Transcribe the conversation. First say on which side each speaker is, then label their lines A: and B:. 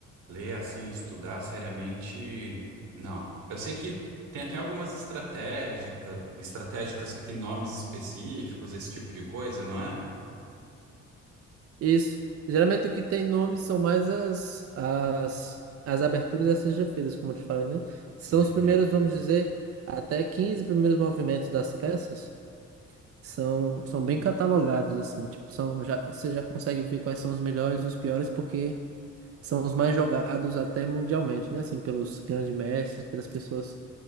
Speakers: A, on the right (about 80°); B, on the right (about 50°).
A: Ler assim, estudar seriamente, não. Eu sei que tem até algumas estratégica, estratégicas que têm nomes específicos, esse tipo de coisa, não é?
B: Isso. Geralmente o que tem nome são mais as, as, as aberturas e as como eu te falei, né? São
A: Entendi.
B: os primeiros, vamos dizer, até 15 primeiros movimentos das peças são, são bem catalogados, assim. Tipo, são, já, você já consegue ver quais são os melhores e os piores, porque são os mais jogados até mundialmente, né? Assim, pelos grandes mestres, pelas pessoas